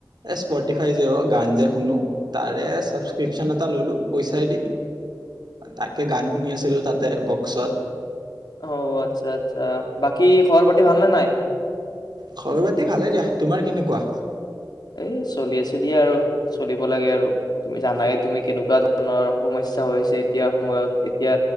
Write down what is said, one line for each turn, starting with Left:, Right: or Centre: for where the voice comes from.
Right: স্পটিফাই যে গান যে শুনো তাৰে ছাবস্ক্ৰিপ্যন এটা ললো পইচাই দি তাকে গান শুনি আছিলো তাতে বক্সত।
Left: অ আচ্ছা আচ্ছা বাকী খবৰ পাতি ভালনে নাই।
Right: খবৰ বাতি ভালে দিয়া তোমাৰ কেনেকুৱা।
Left: এ চলি আছে দিয়া আৰু চলিব লাগে আৰু তুমি জানাই তুমি কেনেকুৱা ধ ধৰৰ সমস্যা হৈ আছে এতিয়া সময়ত এতিয়া